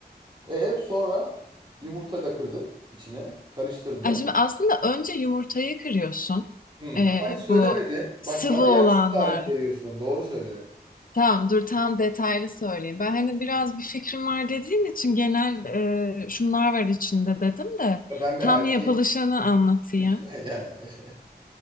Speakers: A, on the right; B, on the left.
A: E sonra yumurta da kırdık içine. Karıştırdın.
B: Yani şimdi aslında önce yumurtayı kırıyorsun.
A: Hmm,
B: Ee,
A: Ama hiç söylemedin.
B: bu sıvı
A: Bak bana
B: olanlarla.
A: yanlış bir tarif veriyorsun. Doğru söyle.
B: Tamam dur tam detaylı söyleyeyim. Ben hani biraz bir fikrim var dediğin için genel e, şunlar var içinde dedim de
A: Ben bir
B: tam
A: erkeğim.
B: yapılışını anlatayım.
A: Lütfen yani. <laughs>